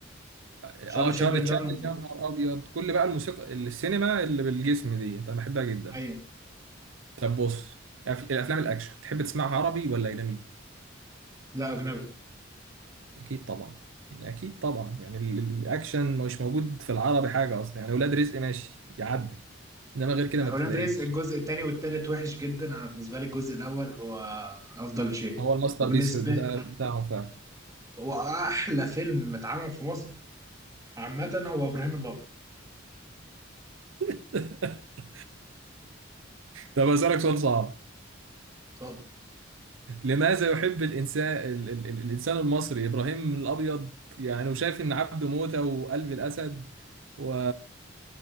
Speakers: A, on the right; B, on the right.
A: اه
B: شارلي
A: تشارلي
B: شابرن
A: تشابلن
B: ده من
A: يا نهار ابيض كل بقى الموسيقى السينما اللي بالجسم ديت انا بحبها جدا
B: ايوه
A: طب بص الأف- الافلام الاكشن تحب تسمعها عربي ولا اجنبي
B: لا اجنبي
A: اكيد طبعا يعني اكيد طبعا يعني ال- ال- الاكشن مش موجود في العربي حاجه اصلا يعني ولاد رزق ماشي يعدي انما غير كده
B: اولاد
A: ما تلاقيش
B: رزق الجزء الثاني والثالث وحش جدا انا بالنسبه لي الجزء الاول هو افضل شيء
A: هو الماستر
B: وبالنسبه
A: بيس بتاع
B: لي
A: بتاعهم فعلا
B: هو احلى فيلم اتعمل في مصر عامه هو ابراهيم الابيض
A: <laughs> طب اسالك سؤال صعب
B: اتفضل
A: لماذا يحب الانسان ال ال ال الانسان المصري ابراهيم الابيض يعني وشايف ان عبده موته وقلب الاسد و